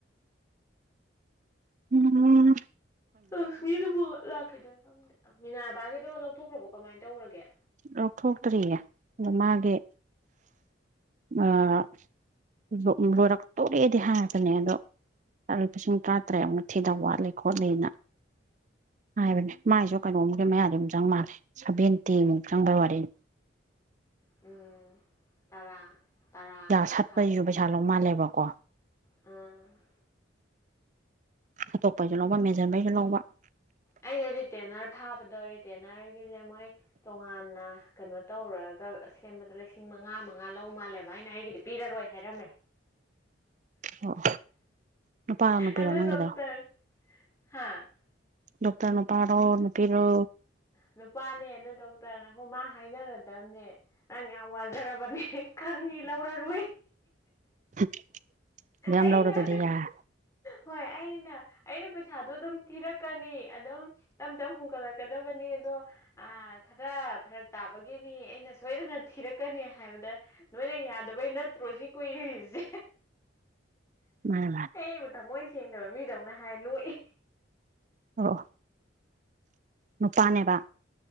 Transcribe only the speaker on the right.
ꯎꯝꯍꯨꯝ
ꯂꯧꯊꯣꯛꯇ꯭ꯔꯤꯌꯦ ꯑꯗꯣ ꯃꯥꯒꯤ ꯑꯥ ꯂꯣ ꯂꯣꯏꯔꯛꯇꯣꯔꯦꯗꯤ ꯍꯥꯏꯕꯅꯦ ꯑꯗꯣ ꯑꯂꯨꯄꯥꯁꯤꯡ ꯇ꯭ꯔꯥꯇꯔꯦꯠ ꯑꯃꯨꯛ ꯊꯤꯗꯧ ꯋꯥꯠꯂꯤ ꯈꯣꯠꯂꯤ ꯑꯅꯥ ꯍꯥꯏꯕꯅꯦ ꯃꯥꯏꯁꯨ ꯀꯩꯅꯣꯝꯒꯤ ꯃꯌꯥꯗꯤ ꯑꯝ ꯆꯪ ꯃꯥꯜꯂꯦ ꯁꯚꯦꯟꯇꯤꯃꯨꯛ ꯆꯪꯕꯩ ꯋꯥꯔꯤꯅꯤ
ꯌꯥ
ꯁꯠꯄꯩꯖꯨ
ꯄꯩꯁꯥ ꯂꯧ ꯃꯥꯜꯂꯦꯕꯀꯣ
ꯁꯠꯇꯣꯛꯄꯩꯖꯨ ꯂꯧꯕ ꯃꯦꯟꯖꯟꯕꯩꯖꯨ ꯂꯧꯕ
ꯑꯣ ꯅꯨꯄꯥꯔꯣ ꯅꯨꯄꯤꯔꯣ
ꯅꯪꯒꯤꯗꯣ
ꯗꯣꯛꯇꯔ ꯅꯨꯄꯥꯔꯣ ꯅꯨꯄꯤꯔꯣ
<unintelligible> ꯌꯥꯝ
ꯂꯧꯔꯣ ꯑꯗꯨꯗꯤ ꯌꯥꯔꯦ
<unintelligible>
ꯑꯣ ꯃꯄꯥꯅꯦꯕ